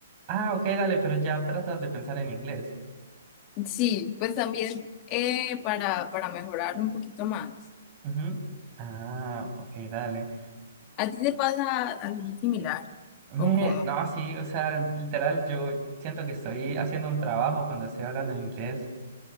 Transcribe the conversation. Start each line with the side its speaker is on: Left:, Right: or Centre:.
Right: Ah, ok, dale, pero ya tratas de pensar en inglés.
Left: Sí, pues también eh, para, para mejorar un poquito más.
Right: Ujú. Ah, ok, dale.
Left: ¿A ti te pasa algo similar?
Right: Me,
Left: ¿O cómo?
Right: no, sí, o sea, literal, yo siento que estoy haciendo un trabajo cuando estoy hablando en inglés.